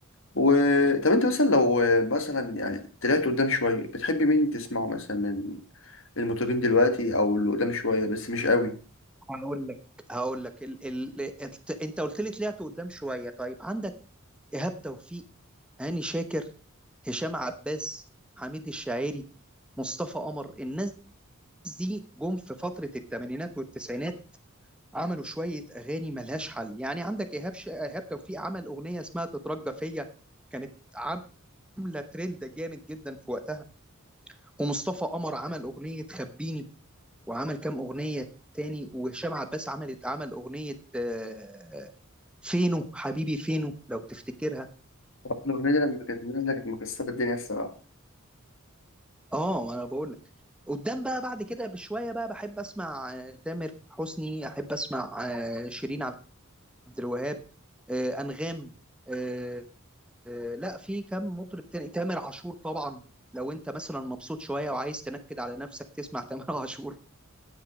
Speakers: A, on the left (about 65°); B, in the centre.
A: و... طب أنت مثلا لو مثلا يعني طلعت قدام شوية بتحب مين تسمعه مثلا من المطربين دلوقتي أو اللي قدام شوية بس مش قوي
B: هقول لك هقول لك ال... ال... الت- انت قلت لي طلعت قدام شوية طيب عندك إيهاب توفيق هاني شاكر هشام عباس حميد الشاعري مصطفى قمر الناس دي جم في فترة الثمانينات والتسعينات عملوا شوية أغاني ملهاش حل يعني عندك إيهاب ش... إيهاب توفيق عمل أغنية اسمها تترجى فيا كانت عاملة ترند جامد جدا في وقتها ومصطفى قمر عمل اغنيه خبيني وعمل كام اغنيه تاني وهشام عباس عمل عمل اغنيه آه، فينو حبيبي فينو لو تفتكرها
A: الأغنية دي لما كانت نازلة كانت مكسرة الدنيا الصراحة
B: اه ما انا بقول لك قدام بقى بعد كده بشويه بقى بحب اسمع آه، تامر حسني احب اسمع آه، شيرين عبد الوهاب آه، انغام آه، آه، لا في كم مطرب تاني تامر عاشور طبعا لو انت مثلا مبسوط شويه وعايز تنكد على نفسك تسمع تامر <laughs> عاشور